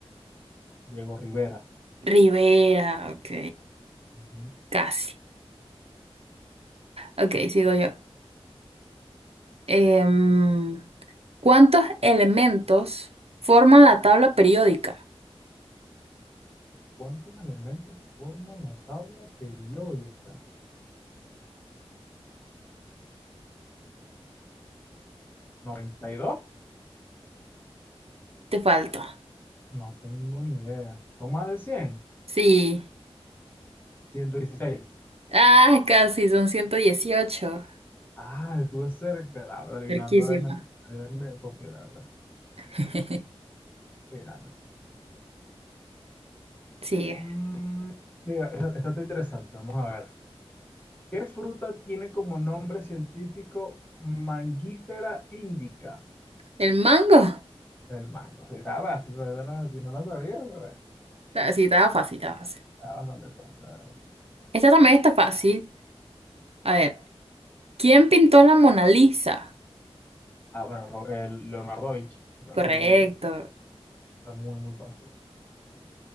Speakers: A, on the left; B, on the right.
A: Diego Rivera.
B: Rivera, ok,
A: Ujú.
B: casi. Ok, sigo yo. Em, ¿cuántos elementos forman la tabla periódica?
A: ¿Cuántos elementos forman la tabla periódica? 92.
B: Te falta.
A: No tengo ni idea. ¿Son más de cien.
B: Sí.
A: Ciento 116.
B: Ah, casi, son 118.
A: Ah, estuve cerca. Ah, pero adivinando
B: Cerquísima.
A: ahora es mentira. Era imposible, la verdad.
B: <laughs>
A: Era nada.
B: Sigue.
A: Mm, mira, esta, esta está interesante. Vamos a ver. ¿Qué fruta tiene como nombre científico Mangifera indica?
B: ¿El mango?
A: El mango. Sí, está fácil, ¿verdad? Si no lo sabía, pues, bueno,
B: Ah, Sí, estaba fácil, estaba fácil.
A: está bastante fácil. la verdad.
B: Esta también está fácil. A ver. ¿Quién pintó la Mona Lisa?
A: Ah, bueno, Ro- el Leonardo da Vinci. Entonces,
B: Correcto.
A: sí, está muy, muy fácil.